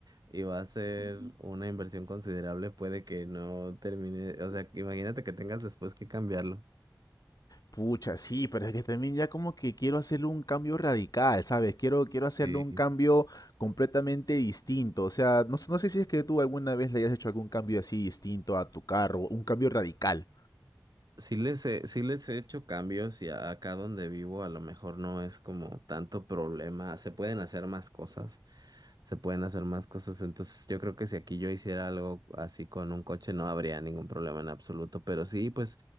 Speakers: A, on the right; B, on the left.
A: y va a ser una inversión considerable, puede que no termine, o sea, imagínate que tengas después que cambiarlo.
B: Pucha, sí, pero es que también ya como que quiero hacerle un cambio radical, ¿sabes? Quiero, quiero hacerle
A: Sí.
B: un cambio completamente distinto. O sea, no, sé- no sé si es que tú alguna vez le hayas hecho algún cambio así distinto a tu carro, un cambio radical.
A: Sí les he, sí les he hecho cambios y a- acá donde vivo a lo mejor no es como tanto problema. Se pueden hacer más cosas, se pueden hacer más cosas. Entonces yo creo que si aquí yo hiciera algo así con un coche no habría ningún problema en absoluto. Pero sí, pues,